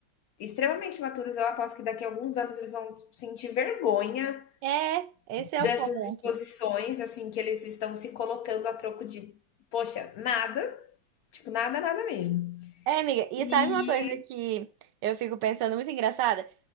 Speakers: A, on the left; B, on the right.
A: extremamente imaturos. Eu aposto que daqui a alguns anos eles vão sentir vergonha
B: É, esse é
A: dessas
B: o ponto.
A: exposições, assim, que eles estão se colocando a troco de, poxa, nada, tipo, nada, nada mesmo.
B: É, amiga, e
A: E
B: sabe uma coisa que eu fico pensando muito engraçada?